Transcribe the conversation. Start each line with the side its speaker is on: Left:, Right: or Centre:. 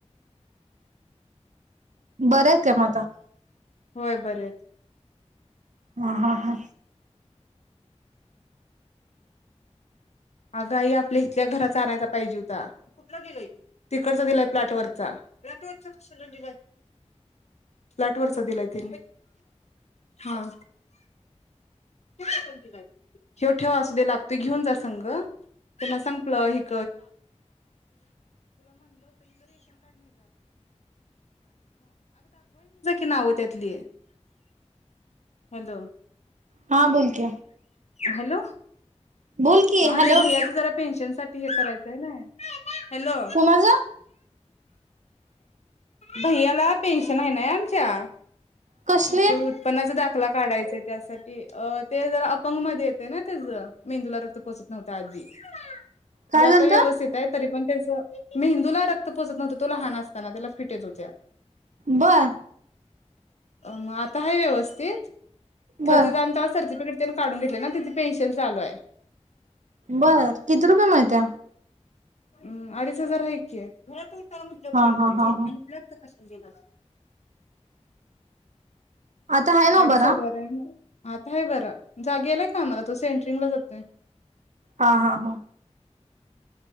Right: बरंच का मता.
Left: होय बरंच.
Right: हा हा हा.
Left: आगाई आपल्या इथल्या घराचा आणायचा पाहिजे होता. कुठ गेला? तिकडचा दिला. फ्लॅट वचा फ्लॅट क ल. प्लॅट वरचा दिलाय त हा. क. <unintelligible> हेव ठेव अस दे लागतोय घेऊन जास्त संघ <unintelligible> की नाव त्याेतली हॅलो.
Right: हा बोल की
Left: हॅलो.
Right: बोल की
Left: हा
Right: हॅलो
Left: ते भैयाच जरा पेन्शन साठी हे करायचंय नाय. हॅलो.
Right: कुणाचं
Left: भैयाला पेन्शन आहे नई आमच्या.
Right: कसले
Left: ते उत्पन्नाच दाखला. दाखला काढायच त्यासाठी ते जरा अपंग मध्ये येतय ना त्याच मेंदूला रक्त. पोचत नव्हत आदी. म्हणजे
Right: काय
Left: आता
Right: झालत
Left: व्यवस्थित आहे तरी पण. मेंदूला रक्त पोचत नव्हतं तो लहान असताना त्याला फिट येत होत्या.
Right: बर.
Left: अ मग आता हाय व्यवस्थित. खरं
Right: बर
Left: तेज आम्ही तेज तवा सर्थीपेटिक तर. तेन काढून घेतल ना तिथे पेन्सिल चालू आहे.
Right: बर किती रुपये मिळत्या.
Left: हम् अडीच हजार हाय कि. <unintelligible>
Right: हा हा हा हा
Left: प्रसज द <unintelligible>
Right: आता आहे ना
Left: अडीच
Right: बरा
Left: हजार हाय. आता आहे बर गेलाय कामाला तो सेट्रिंगला जातोय.
Right: हा, हा, हा.